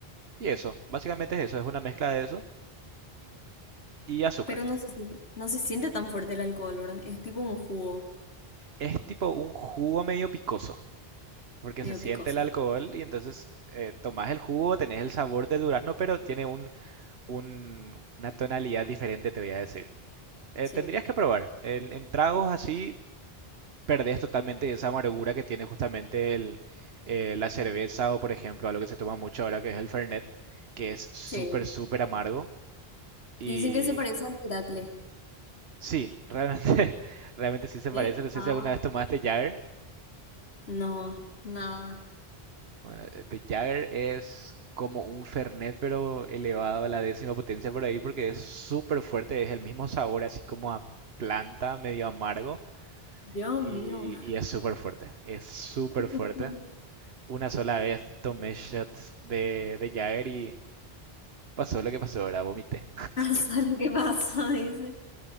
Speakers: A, on the right; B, on the left.
A: y eso. Básicamente es eso, es una mezcla de eso y azúcar.
B: Pero no se, <laughs> sien- no se siente tan fuerte el alcohol, ¿verdad? Es tipo un jugo
A: Es tipo un jugo medio picoso, porque
B: medio
A: se siente
B: picoso.
A: el alcohol y entonces eh, tomás el jugo, tenés el sabor del durazno, pero tiene un, un- una tonalidad diferente, te voy a decir. Eh,
B: Sí,
A: tendrías que probar. El- en tragos así perdés totalmente esa amargura que tiene justamente el, eh, la cerveza o, por ejemplo, algo que se toma mucho ahora que es el Fernet, que es súper,
B: sí.
A: súper amargo. Y
B: Dicen que se parece al Miracle.
A: sí, realmente, <laughs> realmente sí se parece.
B: ¿Eh?
A: No sé
B: Ah,
A: si alguna vez tomaste Jagger.
B: no, nada.
A: Bueno, eh, de Jagger es como un Fernet, pero elevado a la décima potencia por ahí porque es súper fuerte. Es el mismo sabor, así como a planta, medio amargo.
B: Dios
A: Y,
B: mío,
A: y es súper fuerte, es súper
B: <laughs> ¿por
A: fuerte.
B: qué no?
A: Una sola vez tomé shots de, de Jagger y pasó lo que pasó, ahora vomité.
B: <laughs> Pasa lo que pasa, dice.